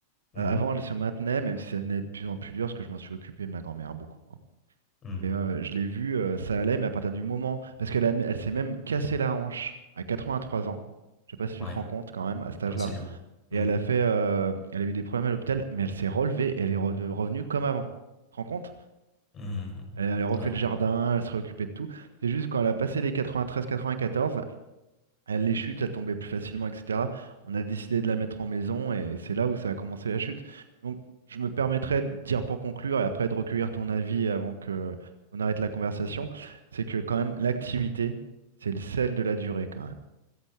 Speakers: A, on the left; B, on the right.
A: Mhm.
B: Euh, avant, elle se maintenait, même si ça devenait de plus en plus dur, parce que je m'en suis occupé de ma grand-mère beaucoup. hein.
A: Mhm.
B: Et euh, je l'ai vu, euh, ça allait, mais à partir du moment, parce qu'elle a- elle s'est même cassé la hanche à 83 ans. Je sais pas si tu
A: Ouais.
B: te rends compte quand même à cet âge-là.
A: Ouais, c'est dur. Mhm.
B: Et elle a fait, euh, elle a eu des problèmes à l'hôpital, mais elle s'est relevée et elle est re- revenue comme avant. Tu te rends compte?
A: Mhm.
B: Elle, elle refait
A: Ouais.
B: le jardin, elle se réoccupait de tout. C'est juste quand elle a passé les 93-94, elle- les chutes, elles tombaient plus facilement, etc. On a décidé de la mettre en maison et c'est là où ça a commencé la chute. Donc, je me permettrai de dire pour conclure et après de recueillir ton avis avant que on arrête la conversation, c'est que quand même l'activité, c'est le sel de la durée quand même.